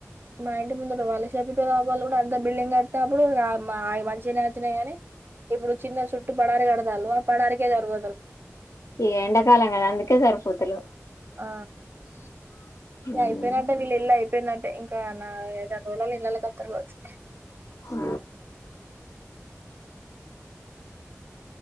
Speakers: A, on the right (about 45°); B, on the left (about 85°).
A: మా ఇంటి ముందు ఉ వాళ్ళసేప రాలి కూడా అంత బిల్డింగ్ కట్టినప్పుడు ఆ మంచిగా నచ్చినాయి గాని ఇప్పుడు చిన్న చుట్టూ పడారి కడతాలు ఆ పడారికే జరుగు
B: ఈ ఎంండకాలంగాదా అందుకే సరిపోతులు
A: ఆ ఇంకా
B: ఉమ్
A: అయిపోయినట్టే వీల్ వెళ్లి లపోయినట్లు టే ఇంకా నాలుగు ఐదు ఆరు రోజుల్లో ఇంట్లో కత్తర్ కావచ్చు
B: ఆ